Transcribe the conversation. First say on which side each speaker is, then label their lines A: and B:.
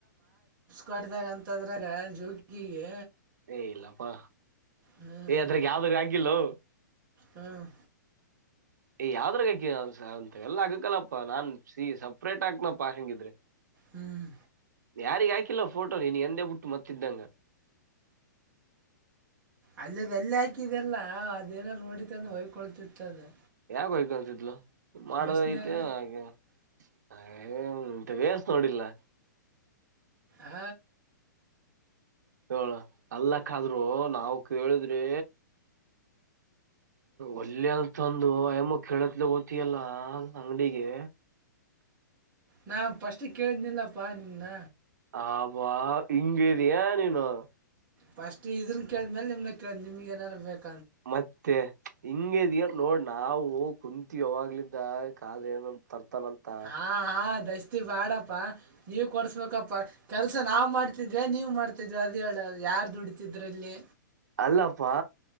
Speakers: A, on the right (about 15°); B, on the right (about 60°).
A: ಮಾಡಿದಾಗ ಅಂತದ್ರಾಗ ಜೋಕಿಗೆ
B: ಏ ಇಲ್ಲಪ್ಪಾ
A: ಹ್ಮ್
B: ಏ ಅದ್ರಕ್ಕೆ ಯಾವ್ದ ಆಗಿಲ್ಲು
A: ಹ್ಮ್
B: ಯಾವ್ರಾಗಾಕ ಅಂತ ಎಲ್ಲ ಆಗಕಲ್ಲಪ್ಪಾ ನಾನ್ ಸಿ ಸಪ್ರೇಟ್ ಆಾಕ್ನಪ್ಪಾ ಹೆಂಗಿದ್ರೆ
A: ಹ್ಮ್
B: ಯಾರಿಗೆ ಹಾಕಿಲ್ಲ ಫೋಟೋ ನೀನ್ ಎಂದೇ ಬಿಟ್ಟು ಮತ್ತ ಇದಿದ್ದಂಗ
A: ಅಲ್ಲದ ಅಲ್ಲಿ ಹಾಕಿದೆಲ್ಲ ಅದೇನಾರ ನೋಡಿತಾನೆ ಹಯ್ಕೊಳ್ತಿತ್ತಾನೆ
B: ಯಾಕತಿದ್ಲು ಮಾಡದ
A: ಬಸ್ನಾಗ
B: ಐತೆ ಹಾಗೆ <unintelligible> ಏಂತ ವೇಸ್ ನೋಡಿಲ್ಲ <unintelligible>
A: ಹ
B: ಹ ಅಲ್ಲಕ್ಕ ಆದ್ರು ನಾವವು ಕೇಳಿದ್ರಿ ಒಲ್ಲೆ ಅಂತಂದು ಅಯಮ ಕೇಳತ್ಲಿ ಓತಿಯಲ್ಲ ಅಂಗಡಿಗೆ
A: ನಾ ಫಸ್ಟ್ಗೆ ಕೇಳಿದನಿಲ್ಲಪ್ಪಾ ನಿಮನ್ನ
B: ಆಬಾ ಇಂಗದ ಏ ನೀನು
A: ಫಸ್ಟ್ ಇದನ್ ಕೇಳಿದ್ಮೇಲೆ ನಿಮ್ ಕೇಳ್ದ್ ನಿಮ್ಗೆ ನಾರು ಬೇಕು
B: ಮತ್ತೆ ಹಿಂಗ ಇದ್ಯ ನೋಡ್ ನಾವು ಕುಂತ ಯಾವಾಗ್ಲಿಂದ ಕಾದ ಏನ ತರ್ತವಿ ತ್ತನಂತ
A: ಹಾ ಹಾ ದಸ್ತಿ ಬಾಡಪ್ಪಾ ನೀವ ಕೊಡ್ಸ್ಬೇಕಪ್ಪಾ ಕೆಲ್ಸ ನಾವವು ಮಾಡ್ತಿದ್ವಿ ನೀವು್ ಮಾಡ್ತಿದ್ವಿ ಅದ ಹೇಳದು ಯಾರ್ ದುಡಿತಿದ್ರಲ್ಲಿ
B: ಅಲ್ಲಪ್ಪಾ